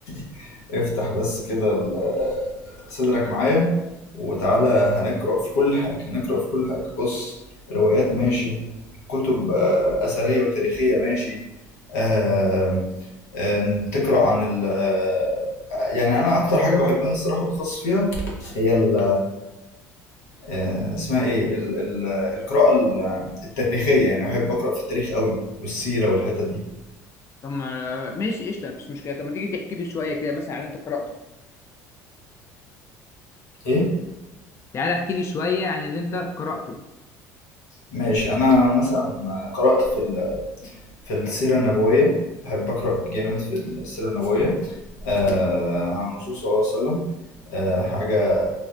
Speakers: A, on the left (about 90°); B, on the left (about 35°).
A: <laughs> افتح بس كده ال- صدرك معايا وتعالى هنقرأ في كل حاجة نقرأ في كل حاجة بص روايات ماشي كتب آه، أثرية وتاريخية ماشي آم، آم، تقرأ عن ال آه، يعني أنا أكتر حاجة بحبها الصراحة وبتخصص فيها هي ال آه، اسمها إيه ال ال القراءة ال- التاريخية يعني بحب أقرأ في التاريخ قوي والسيرة والحتت دي
B: طب ما- ماشي قشطه مفيش مشكله طب ما تيجي تحكي لي شويه كده مثلا عن اللي انت قراته
A: إيه؟
B: تعالى احكي لي شويه عن اللي انت قراته
A: ماشي انا مثلا قرأت في ال- في السيرة النبوية بحب أقرأ جامد في السيرة النبوية آه، عن الرسول صلى الله عليه وسلم آه، حاجة